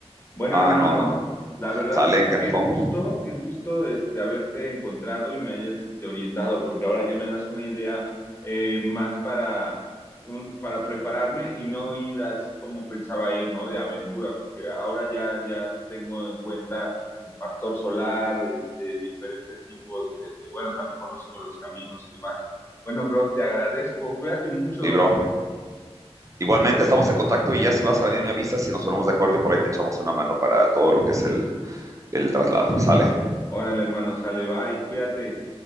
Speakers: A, on the left; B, on the right.
A: Bueno, hermano,
B: Ah, no, no.
A: la verdad
B: Sale,
A: que
B: canijo.
A: qué gusto, qué gusto este haberte encontrado y me hayas este orientado, porque ahora ya me das una idea eh, más para un, para prepararme y no ir así como pensaba ir, ¿no? De aventura, porque ahora ya ya tengo en cuenta el factor solar, este diferentes tipos, este bueno, también conociendo los caminos y demás. Bueno, bro, te agradezco. Cuídate mucho.
B: Sí, bro. Igualmente estamos en contacto y ya si vas a venir me avisas, si nos ponemos de acuerdo y por ahí te echamos una mano para todo lo que es el, el traslado. ¿Sale?
A: Órale, hermano, sale, bye. Cuídate.